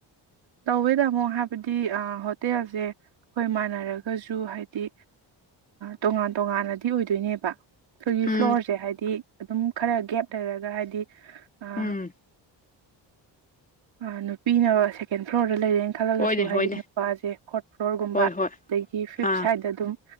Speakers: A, on the right; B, on the left.
A: ꯇꯧꯋꯦ ꯇꯥꯃꯣ ꯍꯥꯏꯕꯗꯤ ꯍꯣꯇꯦꯜꯁꯦ ꯑꯩꯈꯣꯏ ꯃꯥꯟꯅꯔꯒꯁꯨ ꯍꯥꯏꯗꯤ ꯇꯣꯉꯥꯟ ꯇꯣꯉꯥꯟꯅꯗꯤ ꯑꯣꯏꯗꯣꯏꯅꯦꯕ ꯑꯩꯈꯣꯏꯒꯤ
B: ꯎꯝ
A: ꯐ꯭ꯂꯣꯔꯁꯦ ꯍꯥꯏꯗꯤ ꯑꯗꯨꯝ ꯈꯔ ꯒꯦꯞ ꯂꯩꯔꯒ ꯍꯥꯏꯗꯤ ꯑꯥ
B: ꯎꯝ
A: ꯑ ꯅꯨꯄꯤꯅ ꯁꯦꯀꯦꯟ ꯐ꯭ꯂꯣꯔ ꯗ ꯂꯩꯔꯦꯅ ꯈꯜꯂꯒꯁꯨ
B: ꯍꯣꯏꯅꯦ ꯍꯣꯏꯅꯦ
A: ꯍꯥꯏꯗꯤ ꯅꯨꯄꯥꯁꯦ ꯐꯣꯔꯠ ꯐ꯭ꯂꯣꯔꯒꯨꯝꯕ
B: ꯍꯣꯏ
A: ꯑꯗꯒꯤ
B: ꯍꯣꯏ
A: ꯐꯤꯞ
B: ꯑꯥ
A: ꯁꯥꯏꯗ ꯑꯗꯨꯝ